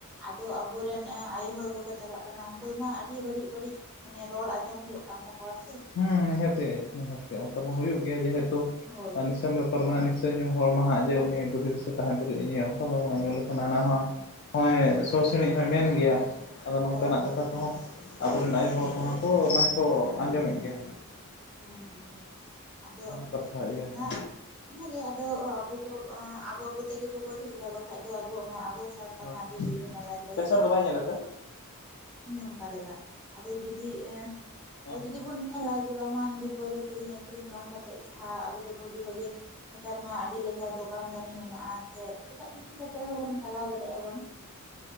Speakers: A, in the centre; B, on the left.
A: ᱟᱫᱚ ᱟᱵᱚᱨᱮᱱ ᱟᱭᱳ ᱦᱚᱲ ᱠᱚᱠᱚ ᱪᱟᱞᱟᱜ ᱠᱟᱱᱟ ᱩᱱᱠᱩ ᱢᱟ ᱟᱹᱰᱤ ᱵᱟᱹᱲᱤᱡᱼᱵᱟᱹᱲᱤᱡᱼᱼ ᱢᱟᱱᱮ ᱨᱚᱲ ᱟᱸᱡᱚᱢ ᱦᱳᱭᱩᱜ ᱠᱟᱱ ᱛᱟᱠᱚᱣᱟ ᱥᱮᱼᱼ
B: ᱦᱩᱸ ᱦᱮᱸ ᱛᱮ ᱱᱤᱦᱟᱹᱛ ᱥᱮ ᱚᱱᱠᱟ ᱢᱟ ᱦᱩᱭᱩᱜ ᱜᱮᱭᱟ ᱡᱮᱦᱮᱛᱩ
A: ᱦᱳᱭ
B: ᱟᱞᱮᱥᱮᱱ ᱫᱚᱼᱼ ᱛᱟᱨ ᱢᱟᱱᱮ ᱱᱤᱥᱚᱭ ᱧᱩ ᱦᱚᱲ ᱢᱟ ᱦᱟᱸᱜ ᱡᱮ ᱩᱱᱤ ᱵᱩᱫᱷᱤ ᱫᱤᱥᱟᱹ ᱛᱟᱦᱮᱱ ᱛᱩᱞᱩᱡ ᱮ ᱧᱩᱭᱟ ᱚᱱᱠᱟ ᱢᱟ ᱵᱟᱝ ᱧᱩ ᱞᱮᱠᱷᱟᱱ
A: ᱦᱩᱸ
B: ᱦᱟᱱᱟ ᱦᱚᱸᱼᱼ
A: ᱦᱩᱸ
B: ᱦᱚᱸᱜᱚᱭ ᱥᱚ ᱥᱤᱬᱤᱡ ᱦᱚᱸᱭ ᱢᱮᱱ ᱜᱮᱭᱟ ᱟᱫᱚ ᱱᱚᱝᱠᱟᱱᱟᱜ
A: ᱦᱳᱭ ᱦᱳᱭ
B: ᱠᱟᱛᱷᱟ ᱠᱚᱦᱚᱸᱼᱼ ᱟᱵᱚᱨᱮᱱ ᱟᱭᱳ ᱦᱚᱲ ᱠᱚᱦᱚᱸ ᱠᱚ ᱢᱟᱱᱮ ᱠᱚ ᱟᱸᱡᱚᱢᱮᱜ ᱜᱮᱭᱟ ᱦᱟᱸᱜᱼᱼ
A: ᱦᱮᱸ ᱦᱮᱸ ᱦᱮᱸ ᱟᱫᱚ
B: ᱠᱟᱛᱷᱟ ᱤᱭᱟᱹ
A: ᱚᱱᱟᱼᱼ
B: ᱠᱟᱱᱟ
A: ᱚᱱᱟᱜᱮ ᱟᱫᱚ ᱟᱵᱚ ᱫᱚ ᱟᱵᱚ ᱠᱚᱛᱮ ᱜᱮᱵᱚ ᱵᱟᱹᱲᱤᱡᱽ ᱮᱫᱟ ᱵᱟᱠᱷᱟᱡ ᱫᱚ ᱟᱵᱚᱣᱟᱜ ᱢᱟ ᱟᱵᱚᱼᱼ ᱦᱮ ᱛᱚ
B: ᱦᱳᱭ
A: ᱢᱟ ᱟᱹᱰᱤ ᱨᱤᱞᱟ ᱢᱟᱞᱟ ᱜᱮᱭᱟ
B: ᱯᱮᱥᱮᱱᱴ
A: ᱥᱮ
B: ᱫᱚ
A: <inaudible>
B: ᱵᱟᱭ ᱧᱮᱞ ᱛᱮᱼᱼ
A: ᱱᱚᱝᱠᱟ ᱞᱮᱠᱟ ᱟᱫᱚ ᱡᱩᱫᱤ ᱮ
B: ᱦᱳᱭ
A: ᱟᱫᱚ ᱡᱩᱫᱤ ᱵᱚᱱ ᱧᱮᱞᱟᱼᱼ ᱡᱮ ᱵᱟᱝᱢᱟ ᱦᱟᱺᱰᱤ ᱯᱟᱹᱣᱨᱟᱹ ᱠᱤᱨᱤᱧ ᱟᱠᱷᱨᱤᱧ ᱵᱟᱝ ᱠᱟᱛᱮ ᱡᱟᱦᱟᱸ ᱟᱵᱚ ᱫᱚ ᱵᱷᱟᱹᱜᱤ ᱵᱷᱟᱹᱜᱤᱼᱼ ᱱᱮᱛᱟᱨ ᱢᱟ ᱟᱹᱰᱤ ᱞᱮᱠᱟ ᱫᱚᱠᱟᱱ ᱫᱟᱱᱤ ᱢᱮᱱᱟᱜ-ᱟ᱾ ᱟᱨ ᱥᱮ ᱮᱴᱟᱜ ᱠᱤᱪᱷᱩ ᱠᱟᱛᱮᱜ ᱦᱚᱸᱵᱚᱱ ᱪᱟᱞᱟᱣ ᱫᱟᱲᱮᱭᱟᱜ-ᱟ ᱵᱚᱱᱼᱼ